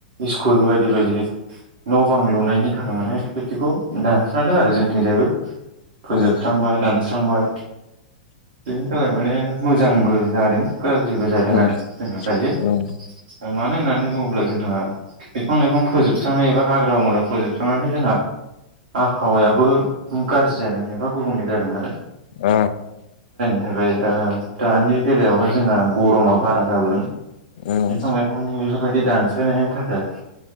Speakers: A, on the right (about 65°); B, on the left (about 65°).
A: इस्कुल बायदि बायदि न' बां लुनायनि थाखाय माने बैदिखौ दानस्रांदों आरो जोंथिंजायबो फोजोबस्रांबाय।
B: उम
A: दानस्रांबाय बेनि थाखाय माने मोजांबो जादों गाज्रिबो जादों
B: उम
A: आरो जोंहा दायो।
B: उम उम
A: ओ मानो होननानै बुङोब्ला जों ओ बिफां लाइफां फोजोबस्रांनाय एबा हाग्रा बंग्रा फोजोबस्रांनानै जोंहा आबहावायाबो गारजि जादों एबा गुबुंले जादों। आरो
B: ओ
A: थाखाय ओ दानि बेलायावहाय जोंहा गरमा बारा जाबोदों।
B: उम उम
A: बिफां लाइफां <unintelligible> बेफोरबायदि दानस्रायनायनि थाखाय आरो